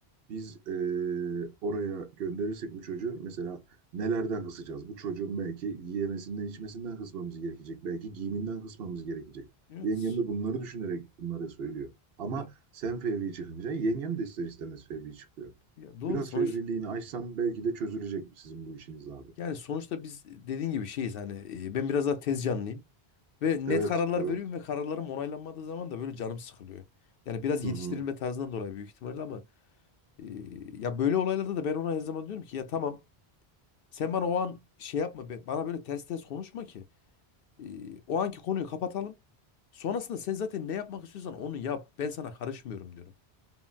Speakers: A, on the right; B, on the left.
A: Biz eee, oraya gönderirsek bu çocuğu mesela nelerden kısacağız? Bu çocuğun belki yiyemesinden, içmesinden kısmamız gerekecek. Belki giyiminden kısmamız gerekecek.
B: Evet.
A: Yengem de bunları düşünerek bunları söylüyor. Ama
B: Ya,
A: sen fevri çıkınca yengem de ister istemez fevri çıkıyor.
B: ya doğru
A: Biraz
B: sonuç.
A: fevriliğini aşsan belki de çözülecek sizin bu işiniz abi.
B: Yani sonuçta biz dediğin gibi şeyiz hani e, ben biraz daha tez canlıyım. Ve
A: Evet,
B: net kararlar
A: evet.
B: veriyorum ve kararlarım onaylanmadığı zaman da böyle canım sıkılıyor. Yani biraz
A: Hı
B: yetiştirilme
A: hı.
B: tarzından dolayı büyük ihtimalle ama e, ya böyle olaylarda da ben ona her zaman diyorum ki ya tamam sen bana o an şey yapma be- bana böyle ters ters konuşma ki E, o anki konuyu kapatalım. Sonrasında sen zaten ne yapmak istiyorsan onu yap. Ben sana karışmıyorum diyorum.